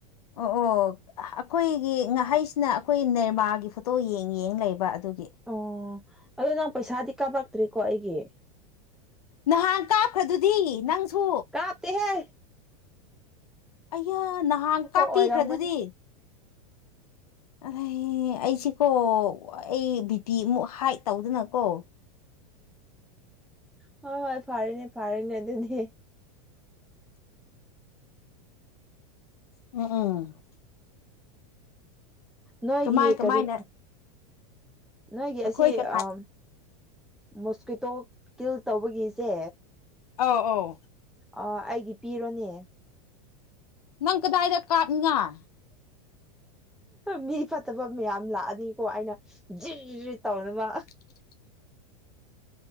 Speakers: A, on the left (about 80°); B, in the centre.
A: ꯑꯣ ꯑꯣ ꯑꯩꯈꯣꯏꯒꯤ ꯉꯍꯩꯁꯤꯅ ꯑꯩꯈꯣꯏ ꯅꯦꯔꯃꯥꯒꯤ ꯐꯣꯇꯣ ꯌꯦꯡ ꯌꯦꯡ ꯂꯩꯕ ꯑꯗꯨꯒꯤ
B: ꯑꯣ ꯑꯗꯨ ꯅꯪ ꯄꯩꯁꯥꯗꯤ ꯀꯥꯞꯔꯛꯇ꯭ꯔꯤꯀꯣ ꯑꯩꯒꯤ
A: ꯅꯍꯥꯟ ꯀꯥꯞꯈ꯭ꯔꯗꯨꯗꯤ ꯅꯪꯁꯨ
B: ꯀꯥꯞꯇꯦ ꯍꯦ
A: ꯑꯩꯌꯥ ꯅꯍꯥꯟ ꯀꯥꯞꯄꯤꯈ꯭ꯔꯗꯨꯗꯤ
B: ꯑꯣꯏꯔꯝꯒꯅꯤ
A: ꯑꯍꯩ ꯑꯩꯁꯤꯀꯣ ꯑꯩ ꯕꯤ ꯄꯤ ꯑꯃꯨꯛ ꯍꯥꯏꯠ ꯇꯧꯗꯅꯀꯣ
B: ꯍꯣꯏ ꯍꯣꯏ ꯐꯥꯔꯦꯅꯦ ꯐꯥꯔꯦꯅꯦ ꯑ ꯗꯨꯗꯤ
A: ꯎꯝ ꯎꯝ
B: ꯅꯣꯏꯒꯤ
A: ꯀꯃꯥꯏ ꯀꯃꯥꯏꯅ
B: ꯀꯔꯤ ꯅꯣꯏꯒꯤ
A: ꯑꯩꯈꯣꯏ
B: ꯑꯁꯤ
A: ꯀꯅꯥ
B: ꯑꯝ ꯃꯣꯁꯀꯨꯏꯇꯣ ꯀꯤꯜ ꯇꯧꯕꯒꯤꯖꯦ
A: ꯑꯧ ꯑꯧ
B: ꯑꯥ ꯑꯩꯒꯤ ꯄꯤꯔꯅꯤ
A: ꯅꯪ ꯀꯗꯥꯏꯗ ꯀꯥꯞꯅꯤꯡꯉꯥꯏ
B: ꯃꯤ ꯐꯠꯇꯕ ꯃꯌꯥꯝ ꯂꯥꯛꯑꯗꯤꯀꯣ ꯑꯩꯅ ꯖꯤꯔꯤꯔꯤ ꯇꯧꯅꯕ
A: <inaudible>